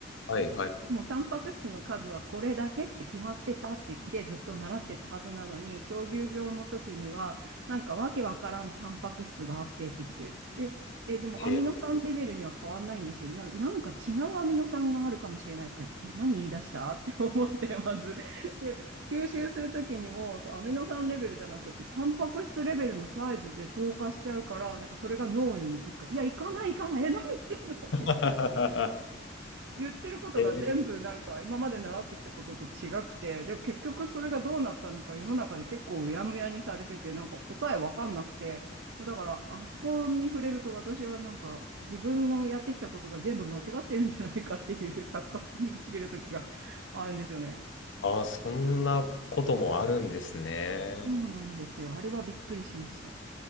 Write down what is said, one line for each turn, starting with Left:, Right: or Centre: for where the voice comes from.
Left: はい、はい。
Right: でもタンパク質の数はこれだけって決まってたって言ってずっと習ってたはずなのに、狂牛病の時には、なんかわけわからんタンパク質があってって言って、え、え、でもアミノ酸レベルには変わんないんですよ。
Left: へえ。
Right: いや、なんか違うアミノ酸があるかもしれないとか言って、え、何言い出したって思って、まず。で、吸収する時にも、そう、アミノ酸レベルじゃなくて、タンパク質レベルのサイズで透過しちゃうから、なんかそれが脳に行くとか、いや、行かない行かない、え、何言ってんのみたい
Left: <laughs>
Right: 言ってることが全部なんか今まで習ってきたことと違くて、
Left: へえ。
Right: でも結局それがどうなったのか世の中で結構うやむやにされてて、なんか答えわかんなくて、もうだからあそこに触れると私はなんか自分のやってきたことが全部間違ってるんじゃないかっていう <laughs> 錯覚に陥る時があるんですよね。
Left: ああ、そんなこともあるんですね。
Right: そうなんですよ。あれはびっくりしました。